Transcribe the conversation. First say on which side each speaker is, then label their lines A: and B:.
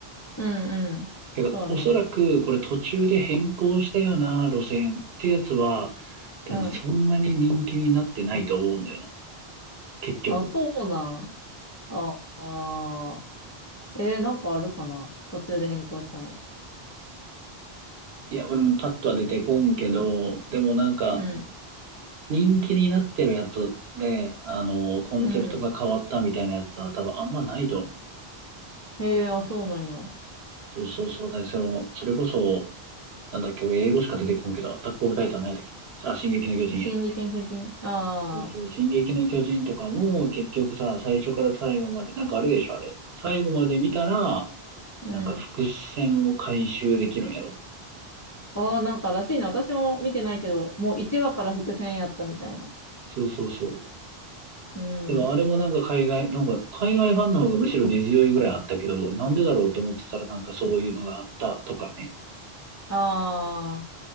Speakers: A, on the left; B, on the right.
A: うん、うん。
B: けど、
A: そうね。
B: おそらくこれ途中で変更したような、路線ってやつは、多分そんなに人気になってないと思うんだよな、
A: うん。
B: 結局。
A: あ、そうなん。ああ。えー、なんかあるかな途中で変更したの。
B: いや、俺もパッとは出てこんけど、でもなんか、
A: うん。
B: 人気になってるやつで、あの、コンセプトが変わったみたいなやつは多分あんまないと思う。
A: うん。えー、あ、そうなんや。
B: そうそうそうだね。その、それこそ、なんだっけ、俺英語しか出てこんけど、アタックオブタイタンないだっけ。じゃあ、進撃の巨人や。
A: 進撃の巨人。ああ、
B: そうそう、進撃の巨人とかも、結局さ、最初から最後まで、なんかあるでしょ、あれ。最後まで見たら、
A: うん。
B: なんか伏線を回収できるんやろ。
A: ああ、なんからしいな。私も見てないけど、もう1話から伏線やったみたいな。
B: そうそうそう。
A: うん。
B: でもあれもなんか海外、なんか海外ファンの方がむしろ根強いぐらいあったけど、なんでだろうと思ってたらなんかそういうのがあったとかね。
A: あ